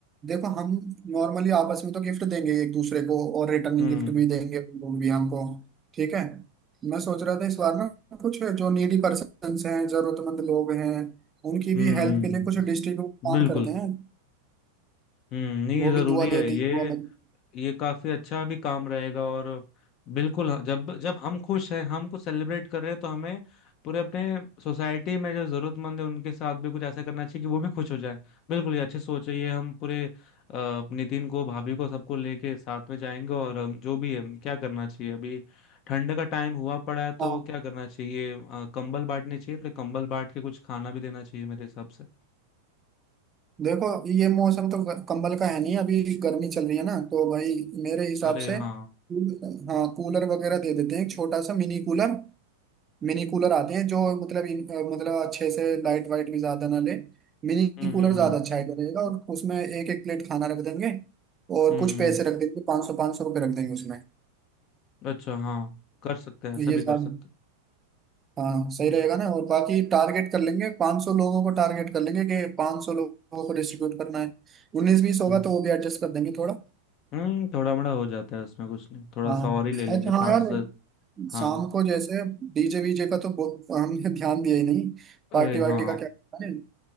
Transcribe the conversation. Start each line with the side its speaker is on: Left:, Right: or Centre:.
Right: देखो हम नॉर्मली आपस में तो गिफ्ट देंगे एक दूसरे को और रिटर्निंग
Left: हम्म
Right: गिफ्ट भी देंगे वो भी हमको ठीक है मैं सोच रहा था इस बार ना कुछ जो नीडी पर्सन्स हैं जरूरतमंद लोग हैं उनकी भी
Left: हम्म
Right: हेल्प के लिए कुछ डिस्ट्रीब्यूट प्लान
Left: बिल्कुल
Right: करते हैं
Left: हम्म नहीं ये
Right: वो
Left: जरूरी
Right: भी दुआ
Left: है
Right: देते
Left: ये
Right: हैं दुआ बन
Left: ये काफी अच्छा भी काम रहेगा और बिल्कुल हाँ, जब जब हम खुश हैं हम कुछ सेलिब्रेट कर रहे हैं तो हमें पूरे अपने सोसाइटी में जो जरूरतमंद है उनके साथ भी कुछ ऐसा करना चाहिए कि वो भी खुश हो जाए बिल्कुल ये अच्छी सोच है ये हम पूरे अ, नितिन को भाभी को सबको लेके साथ में जाएंगे और अम, जो भी है क्या करना चाहिए अभी ठंड का टाइम हुआ पड़ा है तो
Right: हाँ
Left: क्या करना चाहिए अ, कंबल बांटने चाहिए थोड़े कंबल बांट के कुछ खाना भी देना चाहिए मेरे हिसाब से
Right: देखो ये मौसम तो ग- कंबल का है नहीं अभी गर्मी चल रही है ना तो भाई मेरे हिसाब
Left: अरे
Right: से
Left: हाँ
Right: कूल- हाँ कूलर वगैरह दे देते हैं एक छोटा सा मिनी कूलर मिनी कूलर आते हैं जो मतलब इन- अ, मतलब अच्छे से लाइट वाइट भी ज्यादा ना ले मिनी
Left: हम्म
Right: कूलर
Left: हम्म
Right: ज्यादा
Left: हम्म
Right: अच्छा आइडिया रहेगा और उसमें एक एक प्लेट खाना रख देंगे और
Left: हम्म।
Right: कुछ पैसे रख देंगे पाँच सौ पाँच सौ रुपये रख देंगे उसमें
Left: अच्छा हाँ कर सकते हैं ऐसा
Right: ये
Left: भी
Right: सब
Left: कर सकते हैं
Right: हाँ सही रहेगा ना और बाकी टारगेट कर लेंगे 500 लोगों को टारगेट कर लेंगे कि 500 लोगों को डिस्ट्रीब्यूट करना है उन्नीस बीस होगा
Left: हम्म
Right: तो वो भी एडजस्ट कर देंगे थोड़ा
Left: हम्म थोड़ा मोड़ा हो जाता है उसमें कुछ नहीं थोड़ा
Right: हाँ
Left: सा और ही ले लेंगे
Right: अच्छा
Left: पाँच
Right: हाँ यार
Left: सौ से हाँ
Right: शाम को जैसे डीजे वीजे का तो बहुत- हमने ध्यान दिया ही नहीं
Left: अरे
Right: पार्टी वार्टी
Left: हाँ
Right: का क्या करना है